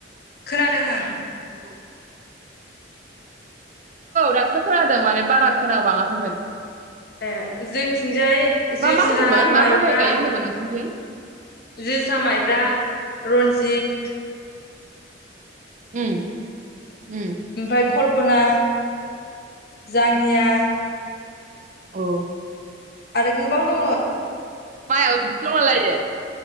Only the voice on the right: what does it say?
औ दासो खोनादों माने बारा खोना बाङाखैमोन
मा मा होनदोंमोन मा
मा माइ गायो होन्दोंमोन नोंसिनिथिं
उम उम
औ
मायाबो बिदि दंला लायो